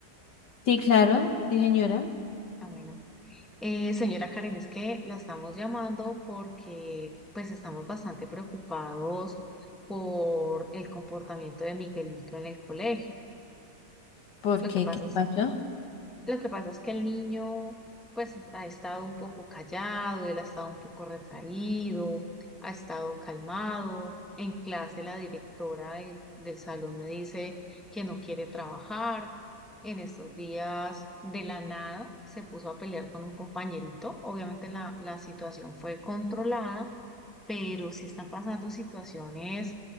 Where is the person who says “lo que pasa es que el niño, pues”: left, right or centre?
Centre